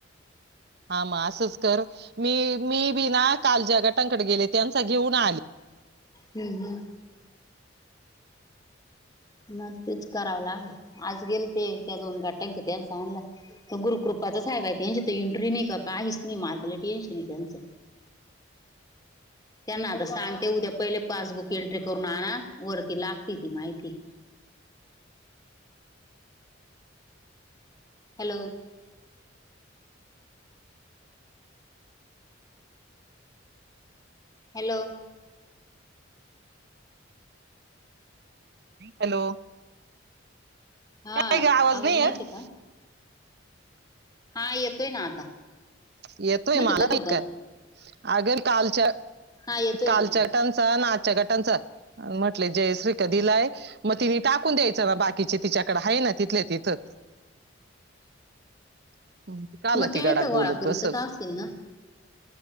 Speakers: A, on the right (about 55°); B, on the left (about 20°).
A: हामा असंच कर मी मी बी ना काल ज्या गटांकडे गेले त्यांचा घेऊन आली
B: हम्म हम्म मग तेच करावं लागल आज गेल ते त्या दोन गाट्यांक त्या सां आणला तर गुरुकृ पाच साहेब आहे त्यांच्या तर इंट्री नाही काहीच नाही माझ्याला टेन्शन आहे त्यांचं.
A: <inaudible>
B: त्यांना आता सांगते उद्या पहिले पासबुक एंट्री करून आण वरती लागते ती माहिती. हॅलो. हॅलो.
A: हॅलो.
B: हा
A: काय ग
B: आवाज नाही
A: येत
B: येते का? हा येतोय ना आता.
A: येतो
B: मधी
A: ह मला
B: मधी
A: तितक
B: बंद
A: अगर कालच्या.
B: हा येतोय
A: कालच्या
B: आता
A: गटांचा आणि आजच्या गटांचा म्हटले जयश्री. दिलाय मग तिने टाकून द्यायचं ना बाकीचे तिच्याकड आहे ना तिथ तिथं. <inaudible> काल
B: मग ते
A: ती गडाक
B: येत गोळा
A: बोलत
B: करी
A: बसल
B: तरच असेल ना.